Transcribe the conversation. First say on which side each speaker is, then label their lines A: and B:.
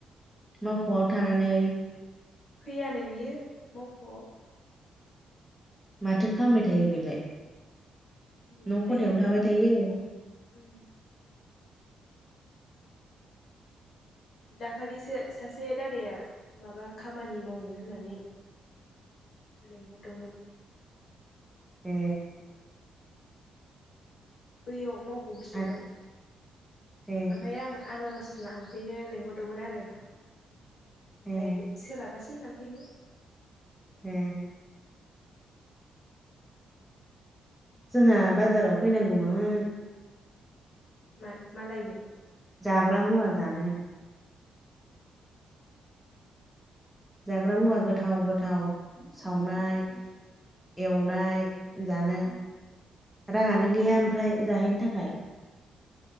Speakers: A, in the centre; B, on the left.
A: न'आव थानानै
B: फैयानो बियो मावख'आव
A: माथो खालामबाय थायो बेलाय
B: न'आवनो
A: न' खथायावनो
B: थायो
A: थाबाय थायो। ओम
B: उम दाखालिसो सा से दादाया माबा खामानि मावनो होननानै लिंहरदोंमोन।
A: ए।
B: बैयाव मा ख' गिदिराव
A: आ
B: ओमफ्राय
A: ए
B: आं आनारस लांफैनो लिंहरदोंमोन आरो। ओमफ्राय
A: ए
B: सोलाबासै लां बिनोनो
A: ए। जोंहा बाजाराव फैनांगौमोन
B: मा मालायनो?
A: जाग्रा मुवा जानो। जाग्रा मुवा गोथाव गोथाव सावनाय एवनाय जानो राङानो गैया ओमफ्राय जाहैनो थाखाय।